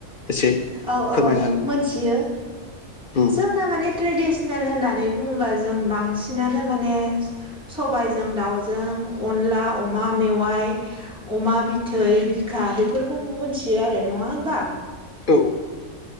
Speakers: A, on the left; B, in the centre.
A: एसे
B: औ औ
A: फोरमायनो हागोन
B: मोनथियो
A: उम
B: जोंना माने ट्रेडिस नेल होननानै बुङोबा जों बांसिनानो माने सबाइजों दाउजों अनला अमा मेवाइ अमा बिथै बिखा बेफोरखौ मोनथियो आरो नङा होमबा?
A: औ।